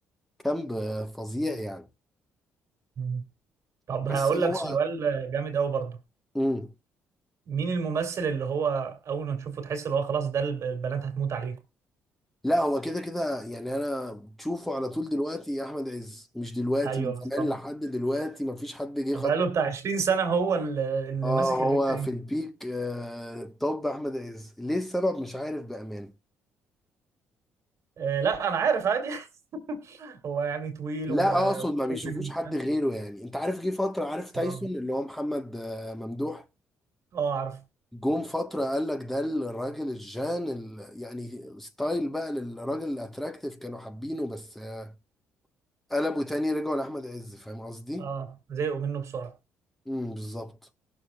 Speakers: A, in the centre; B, on the right.
A: كامب فظيع يعني
B: مم. طب
A: بس
B: هقول
A: هو
B: لك سؤال جامد قوي برضه
A: مم.
B: مين الممثل اللي هو اول ما تشوفه تحس اللي هو خلاص ده الب- البنات هتموت عليه
A: لا هو كده كده يعني انا بتشوفه على طول دلوقتي يا احمد عز مش دلوقتي
B: ايوه
A: من زمان
B: بالظبط
A: لحد دلوقتي مفيش حد جه خط
B: بقاله بتاع 20 سنة هو اللي اللي
A: اه
B: ماسك
A: هو
B: الحتة دي
A: في البيك آه طب احمد عز ليه السبب مش عارف بامان
B: آه لا أنا عارف عادي <laughs> هو يعني طويل
A: لا
B: و آه
A: اقصد ما بيشوفوش
B: وطويل وبتاع.
A: حد غيره يعني انت عارف جه فتره عارف تايسون
B: اه
A: اللي هو محمد آه ممدوح
B: اه عارف
A: جم فتره قال لك ده الراجل الجان ال... يعني ستايل بقى للراجل الاتراكتيف كانوا حابينه بس آه قلبوا تاني رجعوا لاحمد عز فاهم قصدي
B: اه زهقوا منه بسرعة
A: امم بالظبط